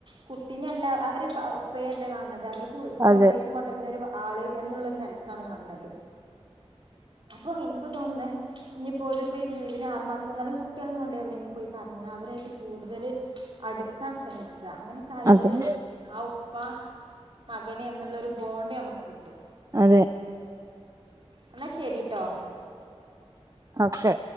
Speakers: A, on the right (about 55°); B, on the right (about 35°).
A: കുട്ടിനല്ല അവര് ഏ പേര്ല് കാണ് ണത് അവര് പ ചോക്ലേറ്റ്
B: അതെ
A: കൊണ്ടര്ണൊരു ആള് എന്നുള്ളൊരു നെൽക്കാണ് കാണ് ണത് ഇപ ഇൻക്ക് തോന്ന്ന്നേ. ഇനിപോ ഓലിപ്പോ ഈ ലീവിന് ആറ് മാസം വന്നാലും കുട്യേളിംകൊണ്ട് എവിടെങ്കിലും പോയി കറങ്ങാ അവ രായിട്ട് കൂട്തല് അട്ക്കാൻ ശ്രമി ക്കാ അങ്ങനെക്കായാല്
B: അതെ
A: ആ ഉ പ്പാ മകന് എന്ന്ള്ളൊരു ബോണ്ട് ഞമക്ക് കിട്ടും
B: അതെ
A: ഇന്നാ ശരിട്ടോ
B: ഓക്കെ